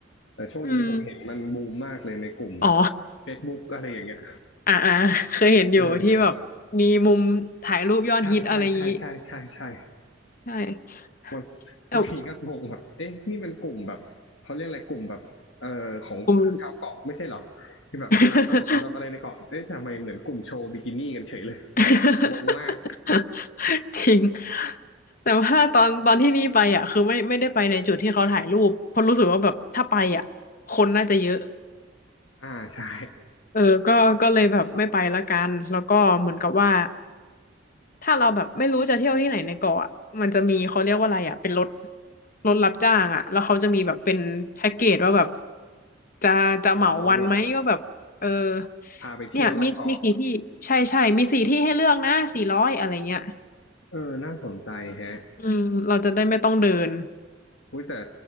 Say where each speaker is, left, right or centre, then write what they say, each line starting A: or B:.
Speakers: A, on the left; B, on the left.
A: แต่ช่วงนี้ผมเห็นมันบูมมากเลยในกลุ่มแบบ
B: อืมอ๋อ
A: Facebook อะไรอย่างเงี้ย
B: <laughs> อ่าอ่าเคยเห็นอยู่ที่แบบมีมุมถ่ายรูปยอดฮิตอะไรอย่างงี้
A: เออใช่ใช่ใช่ใช่ใช่ใช่
B: ใช่
A: บาง <laughs>
B: แต่
A: บางทีก็งงแบบเอ๊ะนี่มันกลุ่มแบบเขาเรียกอะไรกลุ่มแบบเอ่อของชาวเกาะไม่ใช่เหรอที่แบบสนับสนุนแบบอะไรในเกาะเอ๊ะทำไมเหมือนกลุ่มโชว์บิกินี่กันเฉยเลย
B: ผม <laughs> <laughs>
A: <laughs> งงมาก
B: จริงแต่ว่าตอนตอนที่นี่ไปอ่ะคือไม่ไม่ได้ไปในจุดที่เขาถ่ายรูปเพราะรู้สึกว่าแบบถ้าไปอ่ะคนน่าจะเยอะ
A: อ่าใช่
B: เออก็ก็เลยแบบไม่ไปละกันแล้วก็เหมือนกับว่าถ้าเราแบบไม่รู้จะเที่ยวที่ไหนในเกาะอะมันจะมีเขาเรียกว่าอะไรอ่ะเป็นรถรถรับจ้างอ่ะแล้วเขาจะมีแบบเป็นแพ็กเกจว่าแบบจะจะเหมาวันไหมว่าแบบเออ
A: อ๋อแบบพาไปเที่ยวรอบเกาะ
B: เนี่ยมีมีสี่ที่ใช่ใช่มีสี่ที่ให้เลือกนะสี่ร้อยอะไรเงี้ย
A: เออน่าสนใจแฮะ
B: อืมเราจะได้ไม่ต้องเดิน
A: อุ้ยแต่